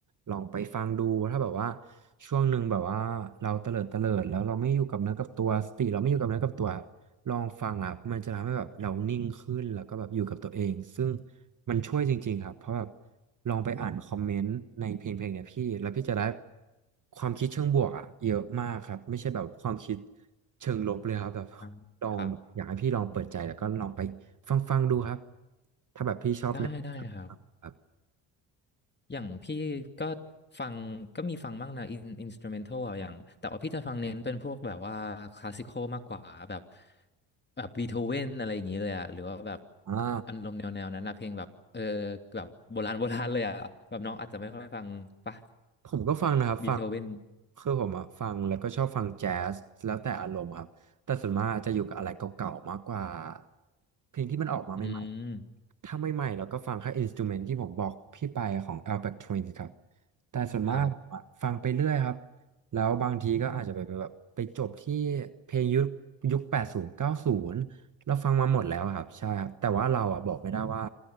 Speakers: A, on the right; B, on the left.
A: ลองไปฟังดูถ้าแบบว่าช่วงหนึ่งแบบว่าเราเตลิดเตลิดแล้วเราไม่อยู่กับเนื้อกับตัวสติเราไม่อยู่กับเนื้อกับตัวครับลองฟังอ่ะมันจะทำให้แบบเรานิ่งขึ้นแล้วก็แบบอยู่กับตัวเองซึ่งมันช่วยจริงๆครับเพราะแบบลองไปอ่านคอมเมนต์ในเพลงเพลงเนี่ยพี่แล้วพี่จะได้ความคิดเชิงบวกอ่ะเยอะมากครับไม่ใช่แบบความคิดเชิงลบเลยครับแบบ
B: ๆอ่าครับ
A: ลองแบบอยากให้พี่ลองเปิดใจแล้วก็ลองไปฟังฟังดูครับถ้าแบบพี่ชอบแนว
B: ได้ได้ครับ
A: ครับ
B: อย่างพี่ก็ฟังก็มีฟังบ้างนะอินอินสตูเมนทัลอย่างแต่ว่าพี่จะฟังเน้นเป็นพวกแบบว่าคลาสสิคอลมากกว่าแบบแบบบีโธเวนอะไรอย่างนี้เลยอะหรือว่าแบบ
A: อ่า
B: อารมณ์แนวแนวนั้นนะเพลงแบบเออแบบโบราณ <laughs> โบราณเลยอะแบบน้องอาจจะไม่ค่อยฟังปะ
A: ผมก็ฟังนะครับฟัง
B: บีโธเวน
A: คือผมอะฟังแล้วก็ชอบฟังแจ๊สแล้วแต่อารมณ์ครับแต่ส่วนมากจะอยู่กับอะไรเก่าๆมากกว่าเพลงที่มันออกมาใหม่ๆถ้าใหม่ๆเราก็ฟังแค่อินสตูเมนต์ที่ผมบอกพี่ไปของ
B: อืม
A: Alpha Twins ครับแต่ส่วนมากผมอะฟังไปเรื่อยครับ
B: ครับ
A: แล้วบางทีก็อาจจะไปแบบไปจบที่เพลงยุคยุคแปดศูนย์เก้าศูนย์เราฟังมาหมดแล้วครับใช่ครับแต่ว่าเราอะบอกไม่ได้ว่า